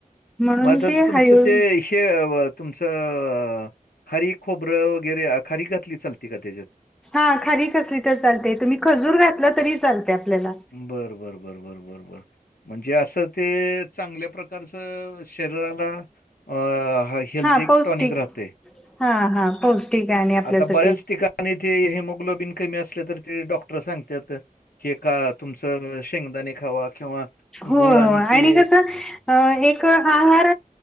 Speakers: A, in the centre; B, on the left.
A: म्हणूंन
B: मग आता
A: ते
B: तुमचं
A: हाळीव
B: ते तुमचं खारीक खोबरं वगैरें खारीक घातली चालती कां त्यांच्यात
A: हां खारीक घातली तरं चालते तुम्हीं खजूंर घातली तरी चालते आपल्यांला
B: बरं बरं बरं बरं बरं बरं म्हणजे असं ते चांगल्या प्रकारचं शरीरांला अ हेल्थी
A: हा पौष्टिक
B: टॉनिक राहते
A: हा हा पौष्टिक आहे आपल्यासाठी
B: आणि बऱ्यांच ठिकाणीं आणि ते हेमोग्लोबिन कमी असले तरं ते डॉक्टर सांगतांत की ए कां तुमचं शेंगदांणे खांवा किंवा
A: हो
B: गूळ
A: हो आणि
B: ते
A: कसं अ, एक आहार